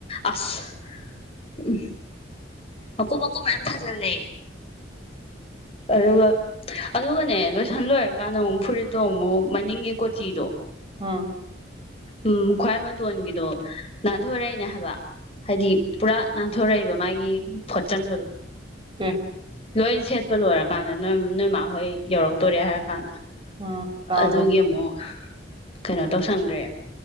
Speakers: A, on the left (about 30°); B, on the right (about 25°).
A: ꯑꯁ ꯎ ꯃꯀꯨꯞ ꯃꯀꯨꯞ ꯃꯌꯥꯝ ꯊꯥꯖꯤꯜꯂ ꯑꯗꯨꯒ ꯑꯗꯨꯒꯅꯦ ꯂꯣꯏꯁꯟ ꯂꯣꯏꯔꯀꯥꯟꯗ ꯑꯃꯨꯛ ꯐꯨꯔꯤꯠꯇꯣ ꯑꯃꯨꯛ ꯃꯅꯤꯡꯒꯤ ꯀꯣꯇꯤꯗꯣ
B: ꯑꯥ
A: ꯎꯝ ꯈ꯭ꯋꯥꯏ ꯃꯇꯣꯟꯒꯤꯗꯣ ꯅꯥꯟꯊꯣꯔꯛꯏꯅꯦ ꯍꯥꯏꯕ ꯍꯥꯏꯗꯤ ꯄꯨꯔꯥ ꯅꯥꯟꯊꯣꯔꯛ ꯂꯩꯕ ꯃꯥꯒꯤ ꯐꯣꯠꯆꯟꯕꯗꯣ
B: ꯀ
A: ꯂꯣꯏ ꯁꯦꯠꯄ ꯂꯣꯏꯔꯀꯥꯟꯗ ꯅꯣꯏ ꯅꯣꯏꯃꯍꯣꯏ ꯌꯧꯔꯛꯇꯣꯔꯦ ꯍꯥꯏꯔ ꯀꯥꯟꯗ
B: ꯎꯝ ꯗꯥꯎꯗꯣ
A: ꯑꯗꯨꯒꯤ ꯑꯃꯨꯛ
B: <unintelligible>
A: ꯀꯩꯅꯣ ꯇꯧꯁꯟꯈ꯭ꯔꯦ